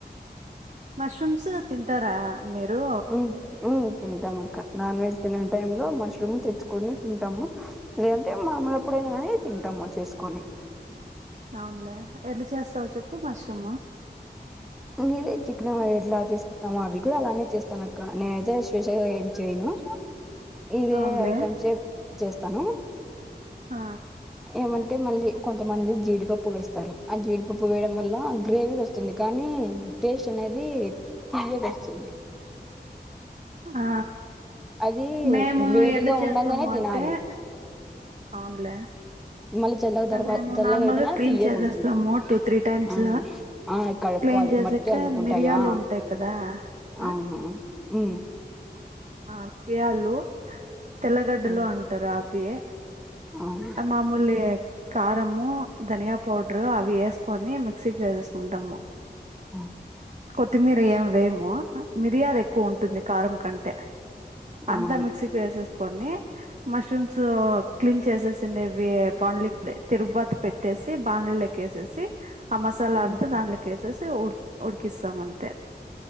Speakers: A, on the right; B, in the centre.
A: మష్రూమ్స్ తింటారా మీరు
B: ఉమ్ ఉమ్ తింటాం అక్క నాన్ వెెజ్ తిన టై లో మష్రూమ్ తెచ్చుకొని తింటాము లేదంటే మాములుప్పుడైనా కాని తింటాము చేసుకొని
A: అవునలే ఎళ చేస్తావు చెప్పు మష్రూమ్
B: మీదే చికన ఎట్లా చేసుకుంటామో అవి కూడా అలానే చేస్తాను అక్క నేనుతే శేషగా ఏం చేయ్యను ఇదే
A: అవునులే
B: ఐటమ్స్ చేస్తాను
A: ఆ
B: ఏమంటే మళ్ళీ కొంతమంది జీడిపప్పు వేస్తారు ఆ జీడిపప్పు వేయడం వల్ల గ్రేవీ వస్తుంది కానీ టేస్ట్ అనేది తీయేక వస్తుంది.
A: ఆ
B: అది
A: మేము
B: వేడిగా
A: ఎట్లా చేస్తాము
B: ఉండగానే తినాలి
A: అంటే అవునులే
B: మళ్ళీ చల్లగా తర్వా
A: మేము
B: చల్లగా
A: నార్మల్
B: అయితేనా
A: గా క్లీన్
B: తీయకుంటుంది
A: చేసేస్తాము టూ త్రీ టైమ్స్
B: అవును ఆ కడుక్కోవాలి
A: క్లీన్ చేసాక
B: మట్టి అందుకుంటాయా
A: మిరియాలు ఉంటాయి కదా ఆ
B: అవునవును. ఉ
A: ఆ బ్యాళ్ళు తెల్లగడ్డలో
B: ఉమ్
A: అంటారు వ
B: అవును
A: మామూలే కారము ధనియా పౌడరు అవి వేసుకొని మిక్సీకి వేసేసుకుంటాము
B: ఆ
A: కొత్తిమీర ఏమి వేయమో మిరియాలు ఎక్కువ ఉంటుంది కారం కంటే అంతా
B: అవును
A: మిక్సీకి వేసేస్త కొని మష్రూమ్స్ క్లీన్ చేసేసిండేవి బాండ్లి తిరుబత పెట్టేసి బాంలీ క్కేసేసి ఆ మసాలా
B: ఉమ్
A: దాంట్లో కేసెస్ ఉడ్డుకిస్తామంత.